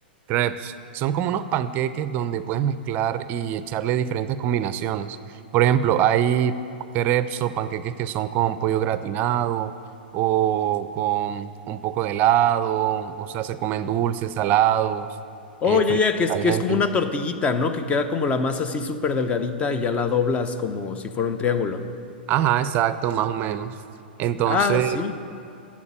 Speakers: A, on the right; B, on the left.
A: Crepes son como unos panqueques donde puedes mezclar y echarle diferentes combinaciones. Por ejemplo, hay crepes o panqueques que son con pollo gratinado o con un poco de helado, o sea, se comen dulces, salados,
B: Oh,
A: eh,
B: ya,
A: fritos,
B: ya, que es,
A: calientes.
B: que es como una tortillita, ¿no? Que queda como la masa así súper delgadita y ya la doblas como si fuera un triángulo.
A: Ajá, exacto, más o menos. Entonces,
B: Ah, sí.